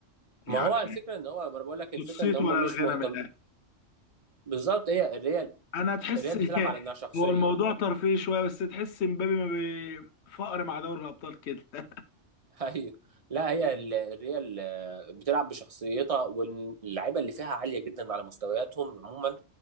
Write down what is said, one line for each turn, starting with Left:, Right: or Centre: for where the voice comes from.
Left: يعني
Right: ما هو الفكره ان هو ما انا بقول لك الفكره
Left: نصيت
Right: ان هم
Left: ولا الغنى
Right: مش مهتم
Left: من الاخر
Right: بالظبط هي الريال
Left: انا تحس
Right: الريال بتلعب على انها شخصيه
Left: هو الموضوع ترفيهي شويه بس تحس مبابي ما بفقر مع دوري الابطال كده
Right: <laughs> ايوه لا هي ال- الريال آه، بتلعب بشخصيتها واللعيبه اللي فيها عاليه جدا على مستوياتهم عموما